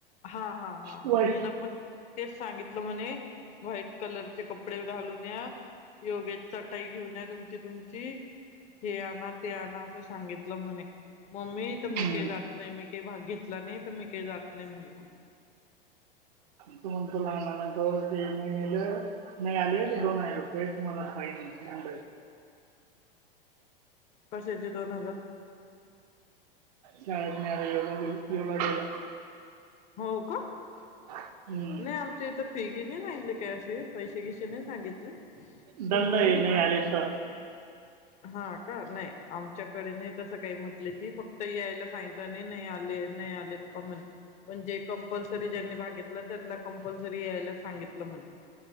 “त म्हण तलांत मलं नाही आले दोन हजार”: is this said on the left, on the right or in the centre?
Right